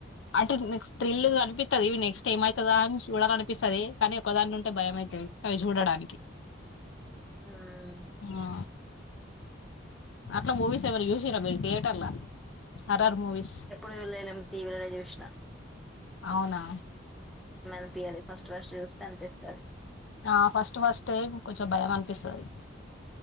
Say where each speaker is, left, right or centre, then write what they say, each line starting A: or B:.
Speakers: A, on the left (about 65°); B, in the centre.
A: అంటే నెక్స్ట్ థ్రిల్ అనిపిత్తది నెక్స్ట్ ఏమవుతదా అని చూడాల అనిపిస్తది కానీ ఒకదాని ఉంటే భయం అయితది అవి చూడడానికి
B: ఉమ్
A: ఆ అట్లా మూవీస్ ఏమైనా చూసిర్ర మీరు థియేటర్ల హరర్ మూవీస్
B: వెళ్లలేం టీవీలో చూసిన
A: అవునా
B: అనిపియాలి ఫస్ట్ ఫస్ట్ చూస్తే అనిపిస్తాది
A: ఆ ఫస్ట్ ఫస్టే కంచం బయం పిస్తాది